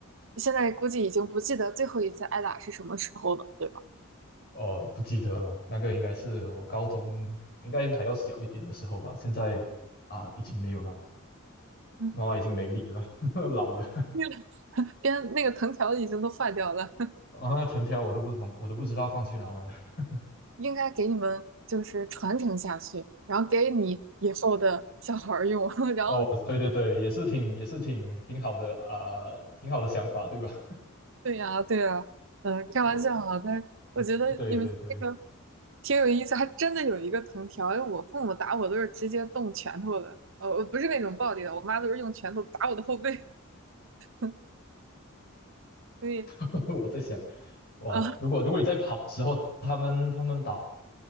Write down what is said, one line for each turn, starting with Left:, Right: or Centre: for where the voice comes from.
Right: 现在估计已经不记得最后一次挨打是什么时候了，对吧？
Left: 哦，不记得了，那个应该是我高中应该还要小一点的时候吧，现在啊、已经没有了，
Right: 嗯，
Left: 妈妈已经没力了，<laughs> 老了。
Right: 那个 <laughs> 边那个藤条已经都坏掉了，
Left: 啊，藤条我都不放，我都不知道放去哪了。<laughs>
Right: <laughs> 应该给你们就是传承下去，然后给你以后的小孩儿用。<laughs> 然后，
Left: 哦，对对对，也是挺也是挺挺好的啊、挺好的想法，对吧？
Right: 对呀，对呀，呃，开玩笑啊，
Left: <laughs> 我
Right: 但我觉得你们这个
Left: 对对对，
Right: 挺有意思，还真的有一个藤条。因为我父母打我都是直接动拳头的，呃，我不是那种暴力的，我妈都是用拳头打我的后背，<laughs> 所以
Left: <laughs> 我在想，哇，
Right: 啊。
Left: 如果如果你在跑的时候，他们他们打